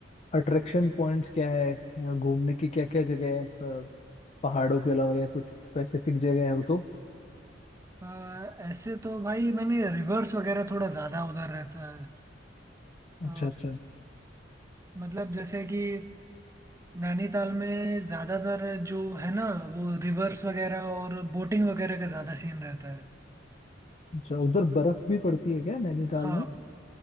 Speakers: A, on the left; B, on the right.
A: अट्रैक्शन पॉइंट्स क्या है अ, घूमने की क्या क्या जगह है अ, पहाड़ों के अलावा या कुछ स्पेसिफिक जगह हो तो
B: अ, ऐसे तो भाई मैंने रिवर्स वगैरह थोड़ा ज़्यादा उधर रहता है
A: अच्छा
B: अ,
A: अच्छा
B: मतलब जैसे कि नैनीताल में ज़्यादातर जो है ना वो रिवर्स वगैरह और बोटिंग वगैरह का ज़्यादा सीन रहता है
A: अच्छा उधर बर्फ भी पड़ती है क्या नैनीताल
B: हाँ
A: में